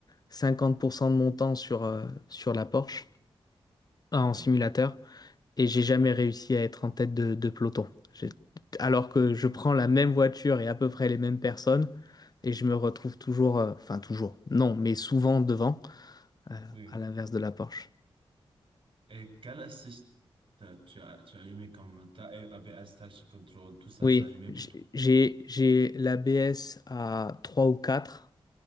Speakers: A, on the left; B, on the right.
A: 50% de mon temps sur, euh, sur la Porsche euh,
B: OK.
A: en simulateur et j'ai jamais réussi à être en tête de, de peloton. J'ai- Alors que je prends la même voiture et à peu près les mêmes personnes et je me retrouve toujours, euh, enfin toujours, non, mais souvent devant, euh,
B: Oui.
A: à l'inverse de la Porsche.
B: Et quel assist t'as- tu as, tu as allumé comme ta ABS, Traction Control, tout ça,
A: Oui,
B: ça a allumé
A: j'ai
B: pour toi?
A: j'ai j'ai l'ABS à 3 ou 4,